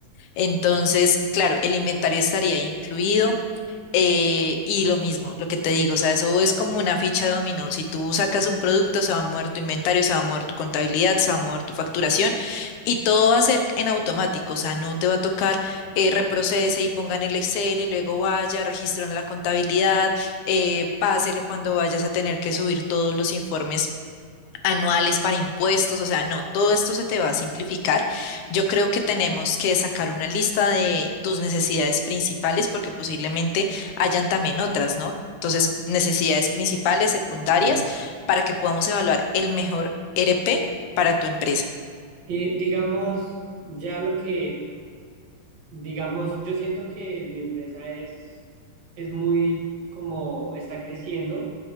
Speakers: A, on the left; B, on the right.
A: Entonces, claro, el inventario estaría incluido. Eh, y lo mismo, lo que te digo, o sea, eso es como una ficha de dominó. Si tú sacas un producto, se va a mover tu inventario, se va a mover tu contabilidad, se va a mover tu facturación y todo va a ser en automático, o sea, no te va a tocar eh, reprocese y pongan el Excel y luego vaya, registro en la contabilidad, eh, páselo cuando vayas a tener que subir todos los informes anuales para impuestos, o sea, no, todo esto se te va a simplificar. Yo creo que tenemos que sacar una lista de tus necesidades principales porque posiblemente hayan también otras, ¿no? Entonces, necesidades principales, secundarias,
B: Eh,
A: para que podamos evaluar el mejor RP para tu empresa.
B: eh, digamos, ya lo que, digamos, yo siento que mi empresa es, es muy como está creciendo